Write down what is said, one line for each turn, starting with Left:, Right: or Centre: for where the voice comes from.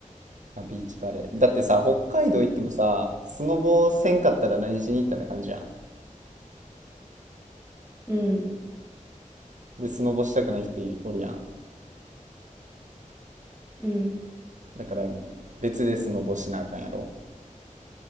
Right: まあ、ビーチバレー。だってさ、北海道行ってもさ、スノボせんかったら何しに行ったんって感じやん。
Centre: うん。
Right: で、スノボしたくない人おるやん。
Centre: うん。
Right: だから別でスノボしなあかんやろ。